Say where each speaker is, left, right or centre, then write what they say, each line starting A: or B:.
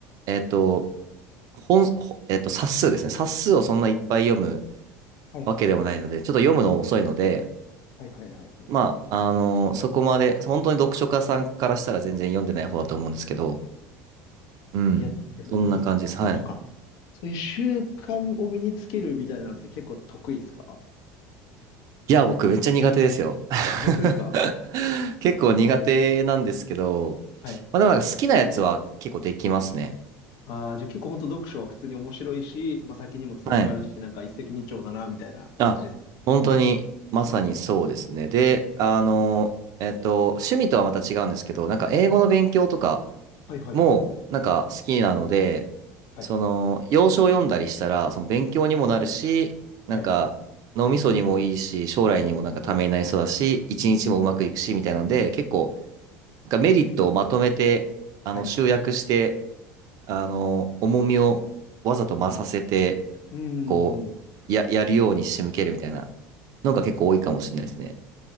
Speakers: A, on the right; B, on the left.
A: えっと、本、ほえっと、冊数ですね。冊数をそんないっぱい読む
B: はいはいは
A: わけでもないので、ちょっと読むの遅いので、
B: いはいはいはい。
A: まあ、あの、そこまで、本当に読書家さんからしたら全然読んでない方だと思うんですけど、うん。
B: いや、でもいいっすね。
A: そんな感じです。はい。
B: なんか、そういう習慣を身につけるみたいなのって結構得意っすか
A: いや、僕めっちゃ苦手ですよ。<laughs>
B: 本当ですか
A: 結構苦手なんですけど、
B: はい
A: まあでもなんか好きなやつは結構できますね。
B: ああ、じゃあ結構本当読書は普通に面白いし、まあ、先にもつながるし、
A: はい。
B: なんか一石二鳥だな、みたいな感じですか。
A: あ、本当に、まさにそうですね。で、あの、えっと、趣味とはまた違うんですけど、なんか英語の勉強とか
B: はいはいはい。
A: も、なんか好きなので、
B: はい、
A: その、洋書を読んだりしたら、その勉強にもなるし、なんか、
B: はい、
A: 脳みそにもいいし、将来にもなんかためになりそうだし、一日もうまくいくし、みたいなので、結構、なんかメリットをまとめて、あの、
B: はい。
A: 集約して、あの、重みをわざと増させて、
B: うーん。
A: こう、や、やるように仕向けるみたいな。のが結構多いかもしれないですね。